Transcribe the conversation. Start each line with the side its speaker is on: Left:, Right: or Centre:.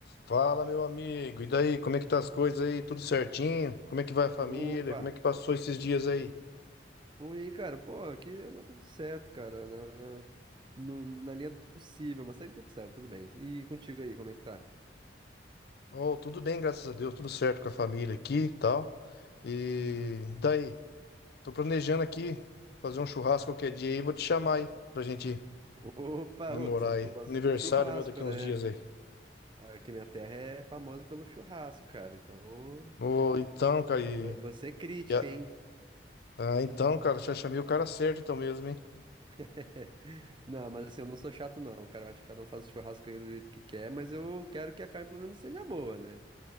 Left: Fala, meu amigo. E daí, como é que tá as coisas aí? Tudo certinho? Como é que vai a família?
Right: Opa!
Left: Como é que passou esses dias aí?
Right: Pô, e aí, cara? Pô, aqui anda tudo certo, cara, na, no- na linha do possível, mas tá indo tudo certo, tudo bem. E contigo aí, como é que tá?
Left: Oh, tudo bem, graças a Deus, tudo certo com a família aqui e tal. E daí, tô planejando aqui fazer um churrasco qualquer dia aí, vou te chamar aí pra gente
Right: Opa!
Left: comemorar
Right: Ô, tu sabe
Left: aí.
Right: que eu gosto
Left: Aniversário
Right: de churrasco,
Left: meu daqui uns
Right: né?
Left: dias aí.
Right: Aqui minha terra é famosa pelo churrasco, cara, então...
Left: Oh, então, cara, e...
Right: vo- Você é crítica,
Left: e a-
Right: hein?
Left: Ah, então, cara, já chamei o cara certo então mesmo, hein?
Right: <laughs> Não, mas assim, eu não sou chato, não, cara. Eu acho que cada um faz o churrasco aí do jeito que quer, mas eu quero que a carne pelo menos seja boa, né?